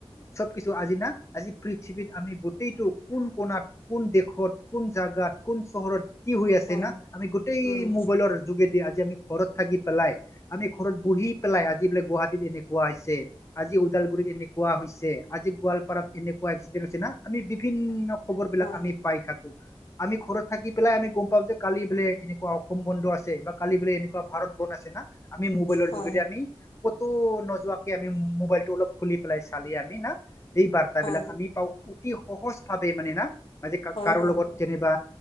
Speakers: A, on the left (about 30°); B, on the left (about 65°).
A: চব কিছু আজি না আজি পৃথিৱীত আমি গোটেইটো কোন কণাত কোন দেশত কোন জাগাত কোন চহৰত কি হৈ আছে
B: হয়,
A: না আমি গোটেই
B: উম,
A: মোবাইলৰ যোগেদি আজি আমি ঘৰত থাকি পেলাই আমি ঘৰত বহি পেলাই আজি বোলে গুৱাহাটীত এনেকুৱা হৈছে আজি ওদালগুৰিত এনেকুৱা আজি গোৱালপাৰাত এনেকুৱা একছিডেন হৈছে না আমি বিভিন্ন খবৰ বিলাক
B: হয়,
A: আমি পাই থাকো। আমি ঘৰত থাকি পেলাই আমি গম পাওঁ যে কালি বোলে এনেকুৱা অসম বন্ধ আছে বা কালি বোলে এনেকুৱা ভাৰত বন আছে না আমি মোবাইলৰ
B: হয়,
A: যোগেদি আমি কতো নোযোৱাকে আমি মোবাইল টো অলপ খুলি পেলাই চালি আমি না এই বাৰ্তা
B: হয়,
A: বিলাক আমি পাওঁ অতি সহজ ভাৱে মানে না। ম
B: হয়,
A: কাৰো
B: হয়,
A: লগত
B: হয়
A: যেনিবা